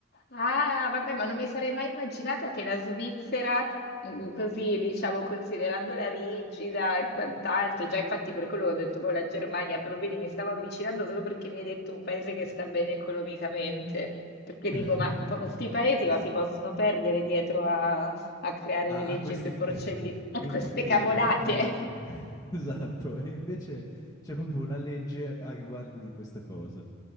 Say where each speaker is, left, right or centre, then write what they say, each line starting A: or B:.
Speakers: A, on the left; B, on the left.
A: Ah, vabbè, ma non mi sarei mai immaginata che la Svizzera, mm, così diciamo, considerandola rigida e quant'altro, già infatti per quello che ho detto, poi la Germania, però vedi, mi stavo avvicinando solo perché mi hai detto un paese che sta bene economicamente, perché
B: <laughs>
A: dico, ma questi paesi
B: Eh
A: ma
B: sì.
A: si possono perdere dietro a, a creare
B: Ha
A: le leggi
B: ha queste
A: sui porcellini,
B: <laughs>
A: <laughs>
B: e
A: a queste
B: infatti
A: cavolate.
B: infatti mi ha <laughs> esatto, e invece c'è proprio una legge a riguardo di questa cosa.